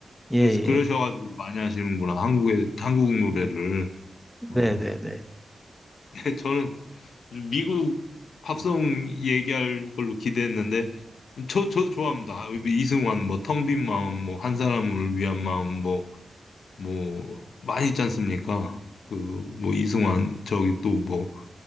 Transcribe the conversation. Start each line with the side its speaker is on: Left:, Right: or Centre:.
Centre: 예,
Left: 그래서
Centre: 예.
Left: 그러셔가지고 많이 하시는구나. 한국의, 한국 노래를.
Centre: 네,
Left: 어,
Centre: 네, 네.
Left: <laughs> 저는 미국 팝송 얘기할 걸로 기대했는데, 저, 저도 좋아합니다. 아, 뭐 이승환, 뭐, 텅빈 마음, 뭐, 한 사람을 위한 마음, 뭐, 뭐, 많이 있지 않습니까? 그, 뭐, 이승환, 저기 또 뭐,